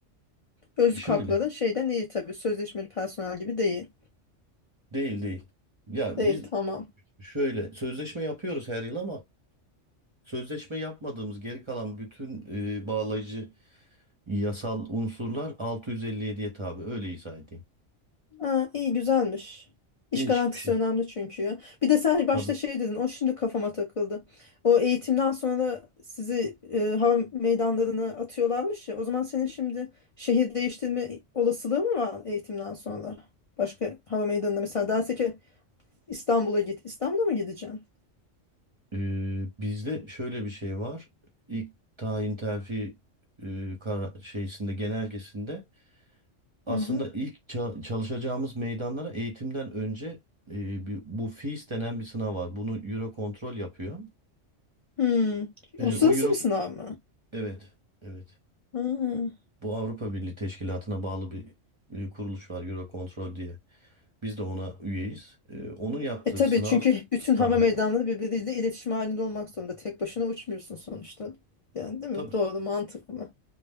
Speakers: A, on the left; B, on the right.
A: özlük
B: Şöyle
A: hakların şeyden iyi tabii. Sözleşmeli personel gibi değil.
B: değil değil. Ya
A: Değil
B: biz
A: tamam.
B: şöyle sözleşme yapıyoruz her yıl ama sözleşme yapmadığımız geri kalan bütün e, bağlayıcı yasal unsurlar 657'ye tabi öyle izah edeyim.
A: Ha, iyi güzelmiş. İş
B: Değişik
A: garantisi
B: bir şey.
A: önemli çünkü ya. Bir de sen başta
B: Tabii.
A: şey dedin. O şimdi kafama takıldı. O eğitimden sonra sizi e, hava meydanlarına atıyorlarmış ya. O zaman senin şimdi şehir değiştirme olasılığı mı var eğitimden sonra? Başka hava meydanına mesela derse ki İstanbul'a git. İstanbul'a mı gideceksin?
B: Ee, bizde şöyle bir şey var. İlk tayin terfi e, kara- şeysinde genelgesinde aslında
A: Hı hı.
B: ilk ça- çalışacağımız meydanlara eğitimden önce e, bir- bu FIS denen bir sınav var. Bunu Eurocontrol yapıyor.
A: Hmm.
B: E,
A: Uluslararası
B: o Euro
A: bir sınav mı?
B: evet evet.
A: Hmm.
B: Bu Avrupa Birliği Teşkilatı'na bağlı bir e, kuruluş var Eurocontrol diye. Biz de ona üyeyiz. E, onun yaptığı
A: E tabii
B: sınav
A: çünkü bütün
B: tabii
A: hava meydanları birbiriyle iletişim halinde olmak zorunda. Tek başına uçmuyorsun sonuçta. Yani değil
B: tabii
A: mi? Doğru, mantıklı.